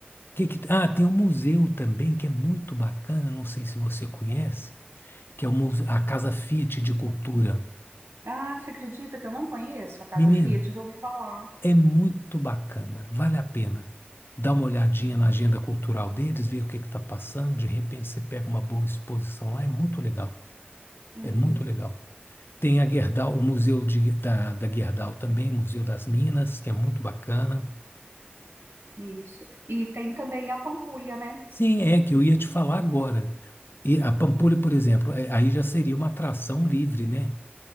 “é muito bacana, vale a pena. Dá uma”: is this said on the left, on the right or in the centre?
Left